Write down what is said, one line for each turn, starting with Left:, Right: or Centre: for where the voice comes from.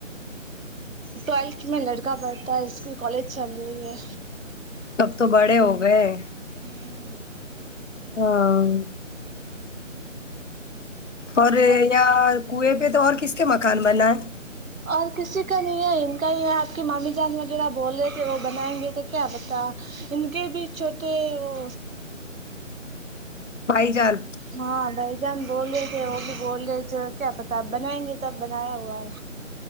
Right: ٹویلتھ میں لڑکا پڑھتا ہے اس کی کالج چل رہی ہے
Left: تب تو بڑے ہوگئے ہے
Right: آمم
Left: ہاں
Right: ہے
Left: اور
Right: بہت
Left: یا کنویں پے تو اور کس کے مکان بنا ہے
Right: اور کسی کا نہیں ہے ان کا ہی ہے آپ کے مامی جان وغیرہ بول رہے تھے وہ بنائیں گے تو کیا پتہ ان کے بھی چھوٹے وہ
Left: بھائی جان
Right: ہاں بھائی جان بول رہے تھے وہ بھی بول رہے تھے کیا پتہ بنائیں گے تب بنایا ہوا ہے